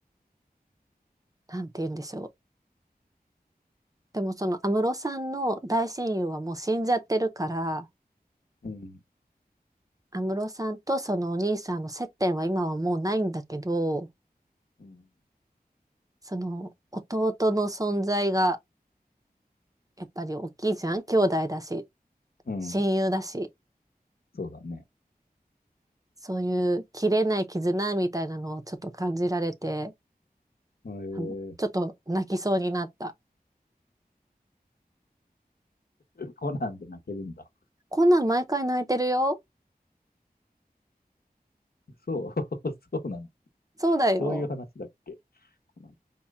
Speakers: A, on the right; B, on the left.
A: なんて言うんでしょう。でもその安室さんの大親友はもう死んじゃってるから、
B: うん。
A: 安室さんとそのお兄さんの接点は今はもうないんだけど、
B: うん。
A: その弟の存在がやっぱり大きいじゃん兄弟だし、
B: うん。
A: 親友だし、
B: そうだね。
A: そういう切れない絆みたいなのをちょっと感じられて、
B: え
A: あの、ちょっと泣きそうになった。
B: ー、コナンで泣けるんだ。
A: こんなん毎回泣いてるよ。
B: そう、<laughs> そうなの。
A: そうだよ。
B: そういう話だっけコナン。